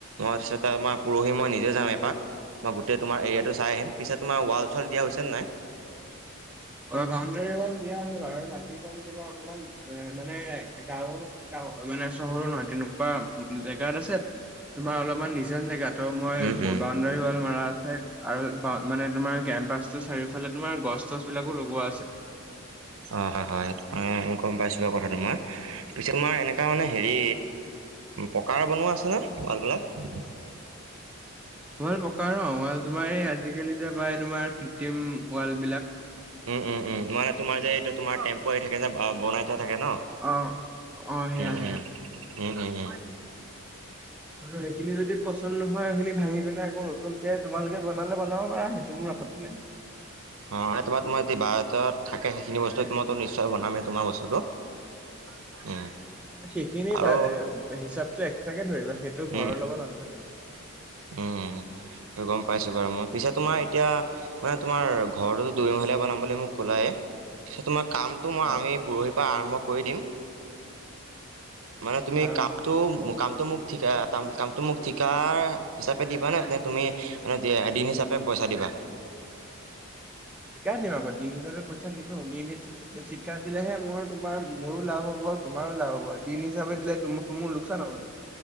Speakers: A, on the right (about 70°); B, in the centre.
A: মই তিছত আমাৰ পৰহি মই নিজে যাম এপাক। মই গোটেই তোমাৰ এৰিয়াটো চাই আহিম পিচে তোমাৰ ৱাল চোৱাল দিয়া হৈছে নে নাই।
B: অ বাউণ্ডাৰী ৱাল দিয়া আছে বাৰু মাটি কাল তোমাৰ অকমান এ মানে গাঁও নহয় মানে চহৰো নহয় তেনেকুৱা জেগাত আছে। তোমাৰ অলপমান নিজন জেগা তো মই
A: উম
B: বাউণ্ডাৰী
A: উম
B: ৱাল মাৰা আৰু বা মানে তোমাৰ কেম্পাচ ৰ চাৰিওফালে তোমাৰ গছ তছ বিলাকো লগোৱা আছে
A: অ হয় হয় মই গম পাইছো কথাটো মই পিছত মই এনেকুৱা মানে হেৰি পকাৰ বনোৱা আছেনে পোৱাল বলাক <unintelligible>
B: <unintelligible> াল পকা ন ৱ তোমাৰ এই আজিকালি যে পায় তোমাৰ পিটিম ৱাল বিলাক
A: উম উম উম মানে তোমাৰ যে এইটো তোমাৰ টেম্প থাকে যে বনাই থাকে ন
B: অ অ সেয়া
A: উম
B: সেয়া
A: উম উম উম উম
B: আৰু সেইখিনি যদি পচন্দ নহয় সেইখিনি ভাঙি পিনে নতুনকে তোমালোকে বনালে বনাব পাৰা সেইটো মোৰ আপত্তি নাই
A: অ তোমাৰ তোমাৰ যদি বাহৰত থাকে সেইখিনি বস্তু তোমো নিশ্চয় বনামেই তোমাৰ বস্তুটো উম
B: সেইখিনি
A: আৰু
B: হিচাপটো এক্সট্ৰাকে ধৰিবা সেইটো
A: উম,
B: ঘৰৰ লগত নধৰিব
A: উম গম পাইছো বাৰু মই পিছে তোমাৰ এতিয়া মানে তোমাৰ ঘৰটোোতো দুৰি ম ঘলীয়া বনাব মোক ক'লায়ে তিছ তোমাক কামটো মই
B: অ
A: আমি পৰহিৰ পৰা আৰম্ভ কৰি দিম মানে তুমি
B: আৰু
A: কামটো
B: হ-
A: কামটো মোক ঠিকা কামটো মোক ঠিকা হিচাপে দিবা নে নে তুমি মানে দিন হিচাপে পইচা দিবা
B: শিকাই দিম আকৌ দিন হিচাপে পইচা নিদিো দিনিাপ শিকাই দিলেহে মোৰ তোমাৰ মোৰো লাভ হ'ব অ তমাৰওা হব দিন হিচাপে দিলে ত মোৰ লোকচান হ'লতো